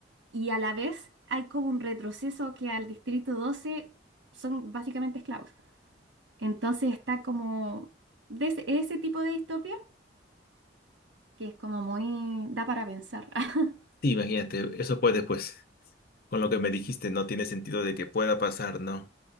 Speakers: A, on the right; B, on the left.
A: y a la vez hay como un retroceso que al Distrito 12 son básicamente esclavos. Entonces está como de ese, ese tipo de distopia que es como muy, da para pensar. <laughs>
B: Sí, imagínate, eso puede, pues, con lo que me dijiste, no tiene sentido de que pueda pasar, ¿no?